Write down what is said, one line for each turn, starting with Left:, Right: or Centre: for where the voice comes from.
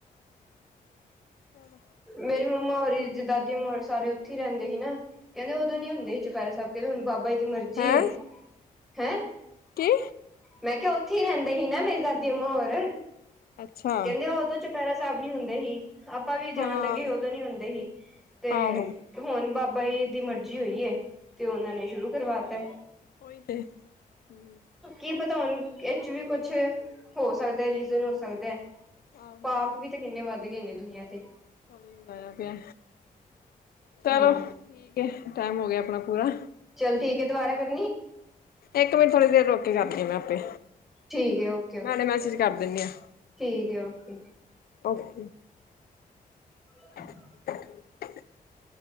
Left: ਚਲੋ
Centre: ਮੇਰੀ ਮੰਮਾ ਹੋਰੀ, ਦਾਦੀ ਮੰਮਾ ਹੋਰੀ ਸਾਰੇ ਉਥ ਹੀ ਰਹਿੰਦੇ ਸੀ ਨਾ, ਕਹਿੰਦੇ ਉਦੋ ਨੀ ਹੁੰਦੇ ਸੀ ਚੁਪਹਿਰਾ ਸਹਿਬ ਕਹਿੰਦੇ ਹੁਣ ਬਾਬਾ ਜੀ ਦੀ ਮਰਜ਼ੀ
Left: ਹੈਂ
Centre: ਏ, ਹੈਂ
Left: ਕੀ
Centre: ਮੈਂ ਕਿਹਾ ਉਥੇ ਉੱਥੇ ਹੀ ਰਹਿੰਦੇ ਸੀ ਨਾ ਮੇਰੀ ਦਾਦੀ ਅੰਮਾ ਹੋਰ
Left: ਅੱਛਾ
Centre: ਕਹਿੰਦੇ ਉਦੋਂ ਚ ਚੁਪਹਿਰਾ ਸਾਹਿਬ ਨੀ ਹੁੰਦੇ ਹੀ ਆਪਾਂ ਵੀ ਜਾਣ
Left: ਹਾਂ
Centre: ਲੱਗੇ ਉਦੋਂ ਨੀ ਹੁੰਦੇ ਸੀ ਤੇ
Left: ਆਹੋ।
Centre: ਹੁਣ ਬਾ ਬਾ ਜੀ ਦੀ ਮਰਜ਼ੀ ਹੋਈ ਤੇ ਉਹਨਾਂ ਨੇ ਸ਼ੁਰੂ ਕਰਵਾਤਾ।
Left: ਉਹੀ ਤੇ ਹੂੰ
Centre: ਕੀ ਪਤਾ ਨਹੀਂ ਵਿੱਚ ਵੀ ਕੁਛ ਹੋ ਸਕਦਾ ਰੀਜ਼ਨ ਹੋ ਸਕਦਾ ਐ।
Left: ਆਹੋ
Centre: ਪਾਪ ਵੀ ਤੇ ਕਿੰਨੇ ਵੱਧ ਗਏ ਨੇ ਦੁਨੀਆਂ ਤੇ
Left: ਚਗਾਇਆ <inaudible> ਪਿਆ ਚਲੋ
Centre: ਹਾਂ
Left: ਠੀਕ ਐ। ਟਾਈਮ ਹੋ ਗਿਆ ਆਪਣਾ ਪੂਰਾ
Centre: ਚੱਲ ਠੀਕ ਹੈ ਦੁਬਾਰਾ ਕਰ
Left: ਇੱਕ ਮਿੰਟ ਥੋੜ੍ਹੀ ਦੇਰ ਰੋਕ ਕੇ ਕਰਦੀ ਆ ਮੈਂ ਆਪੇ
Centre: ਠੀਕ ਹੈ ਓਕੇ -ਓਕੇ
Left: ਮੈਂ ਹੁਣੇ ਮੈਸੇਜ ਕਰ ਦਿੰਦੀ ਹਾਂ
Centre: ਠੀਕ ਹੈ ਓਕੇ
Left: ਓਕੇ
Centre: <inaudible>
Left: <inaudible>